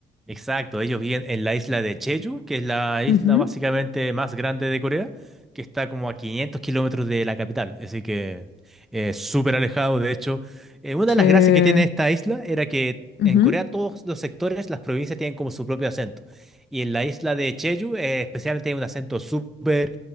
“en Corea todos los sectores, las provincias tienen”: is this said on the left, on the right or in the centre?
Centre